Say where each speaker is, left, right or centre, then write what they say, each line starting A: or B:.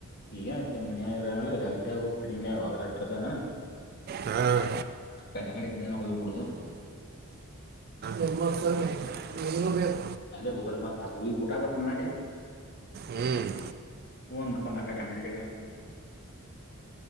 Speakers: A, on the left; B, on the right.
A: <unintelligible>
B: ಹಾಂ
A: <unintelligible> ಹೋಗಿಬಿಡೋದು.
B: ಎ ಮತೇ <inaudible> ಇವನು ಬೇಕು.
A: ಅದೇ ಉದ ಮತ್ತ ಹಿ ಊಟ ಬಟ ಮಾಡಿಯಿ.
B: ಹ್ಮ್
A: ಹ್ಮ್ ಅನ್ನಕೋಂಡ ಆಕಡೆ ಅಂಗಡಿ